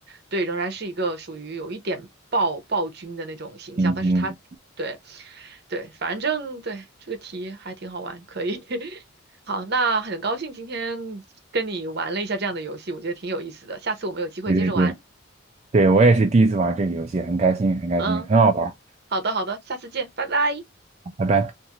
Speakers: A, on the right (about 50°); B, on the right (about 30°).
A: 对，仍然是一个属于有一点暴暴君的那种形象，
B: 嗯嗯，
A: 但是他对对，反正对这个题还挺好玩，可以 <laughs> 好，那很高兴今天跟你玩了一下这样的游戏，我觉得挺有意思的。下次我们有机会接着玩。
B: 对对对。对，我也是第一次玩这个游戏，很开心，很开心，
A: 嗯，
B: 很好玩，
A: 好的，好的，下次见，拜拜。
B: 拜拜。